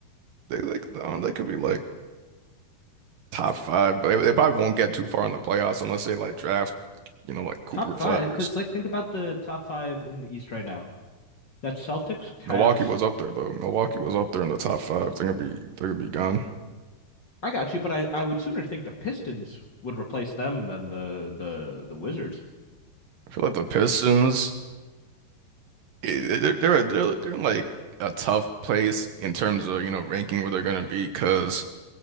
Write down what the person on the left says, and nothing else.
It's the
top five
because
like think about the top five in the East right now. That's Celtics, Cavs.
I got you, but I I would sooner think the Pistons would replace them than the the the Wizards.